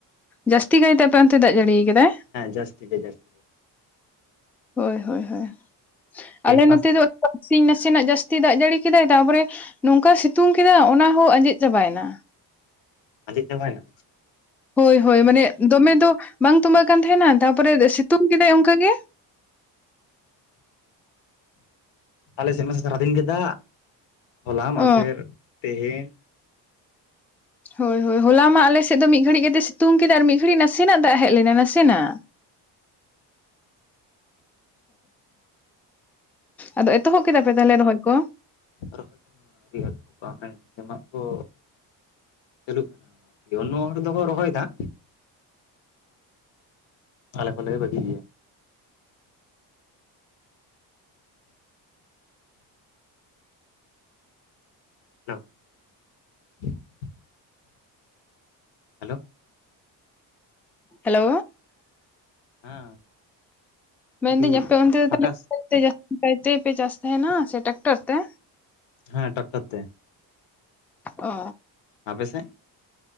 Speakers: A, in the centre; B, on the left.
A: ᱡᱟᱹᱥᱛᱤ ᱠᱟᱭᱛᱮ ᱯᱨᱟᱱᱛᱮ ᱫᱟᱜ ᱡᱟᱹᱲᱤ ᱠᱟᱫᱟᱭ?
B: ᱡᱟᱹᱥᱛᱤ ᱜᱮ ᱡᱟᱹᱥᱛᱤ ᱜᱮ
A: ᱦᱳᱭ ᱦᱳᱭ ᱦᱳᱭ
B: ᱛᱮᱦᱮᱧ
A: ᱟᱞᱮ
B: ᱢᱟ
A: ᱱᱚᱛᱮ ᱫᱚ ᱤᱥ ᱱᱟᱥᱮᱱᱟᱜ ᱡᱟᱹᱥᱛᱤ ᱫᱟᱜ ᱡᱟᱹᱲᱤ ᱠᱮᱫᱟᱭ ᱛᱟᱯᱚᱨᱮ ᱱᱚᱝᱠᱟ ᱥᱤᱛᱩᱝ ᱠᱮᱫᱟ ᱚᱱᱟ ᱦᱚᱸ ᱟᱸᱡᱮᱫ ᱪᱟᱵᱟᱭᱮᱱᱟ ᱾
B: ᱟᱨ ᱡᱛᱮ ᱵᱟᱭᱱᱟ
A: ᱦᱳᱭ ᱦᱳᱭ ᱢᱟᱱᱮ ᱫᱚᱢᱮ ᱫᱚ ᱵᱟᱝ ᱛᱩᱵᱟᱜ ᱠᱟᱱ ᱛᱟᱦᱮᱱᱟ ᱛᱟᱯᱚᱨᱮ ᱥᱤᱛᱩᱝ ᱠᱮᱫᱟᱭ ᱚᱱᱠᱟᱜ ᱜᱮ ᱾
B: ᱟᱞᱮ ᱥᱮᱫ ᱢᱟᱥ ᱥᱟᱨᱟ ᱫᱤᱱ ᱜᱮ ᱫᱟᱜ ᱦᱚᱞᱟ ᱢᱟᱫᱷᱮᱨ
A: ᱚ
B: ᱛᱮᱦᱮᱧ
A: ᱦᱳᱭ ᱦᱳᱭ ᱦᱚᱞᱟ ᱢᱟ ᱟᱞᱮᱥᱮᱫ ᱫᱚ ᱢᱤᱫ ᱜᱷᱟᱹᱲᱤᱡ ᱠᱟᱛᱮ ᱥᱤᱛᱩᱝ ᱠᱮᱫᱟ ᱟᱨ ᱢᱤᱫ ᱜᱷᱟᱹᱲᱤᱡ ᱱᱟᱥᱮᱱᱟᱜ ᱫᱟᱜ ᱦᱮᱡ ᱞᱮᱱᱟ ᱱᱟᱥᱮᱱᱟᱜ ᱾
B: <unintelligible>
A: ᱟᱫᱚ ᱮᱛᱚᱦᱚᱵ ᱠᱮᱫᱟ ᱯᱮ ᱛᱟᱦᱚᱞᱮ ᱨᱚᱦᱚᱭ ᱠᱚ ᱾
B: <inaudible> ᱪᱟᱹᱞᱩᱜ ᱚᱱᱱᱚ ᱦᱚᱲ ᱫᱚᱠᱚ ᱨᱚᱦᱚᱭᱮᱫᱟ ᱟᱞᱮ ᱠᱷᱚᱱᱞᱮ ᱵᱷᱟᱹᱜᱤ ᱜᱮᱭᱟ ᱾ <unintelligible> ᱦᱮᱞᱳ
A: ᱦᱮᱞᱳ
B: ᱦᱮᱸ
A: ᱢᱮᱱᱫᱟᱹᱧ
B: ᱠᱟᱹᱴᱤᱡ
A: ᱟᱯᱮ ᱚᱱᱛᱮ
B: ᱯᱷᱟᱠᱟᱥ
A: ᱛᱮ ᱯᱛᱮ ᱯᱮ ᱡᱥᱛᱮᱱᱟ ᱥᱮ ᱴᱨᱮᱠᱴᱟᱨ ᱛᱮ?
B: ᱦᱮᱸ ᱴᱟᱠᱴᱚᱨ ᱛᱮ ᱾
A: ᱚ
B: ᱟᱯᱮ ᱥᱮᱫ?